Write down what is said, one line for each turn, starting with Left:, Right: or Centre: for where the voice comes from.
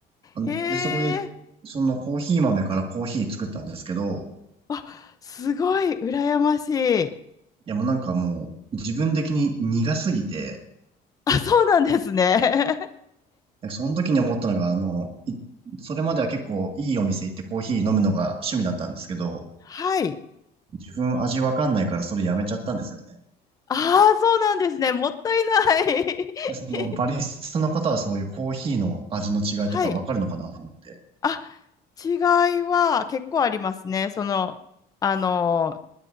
Right: あので、
Left: へ
Right: そこで、
Left: え。
Right: そのコーヒー豆からコーヒー作ったんですけど、
Left: あ、すごい羨ましい。
Right: いやもうなんかもう、自分的に苦すぎて、
Left: あ、そうなんですね。
Right: その時に思ったのが、あの、いそれまでは結構いいお店行ってコーヒー飲むのが趣味だったんですけど、
Left: <laughs> はい。
Right: 自分味わかんないからそれやめちゃったんですよね。
Left: ああ、そうなんですね。もったいない。
Right: でそのバリスタの方はそういうコーヒーの味の違いとかわかるのかなと思って。
Left: <laughs> はい。あ、違いは結構ありますね。その、あの、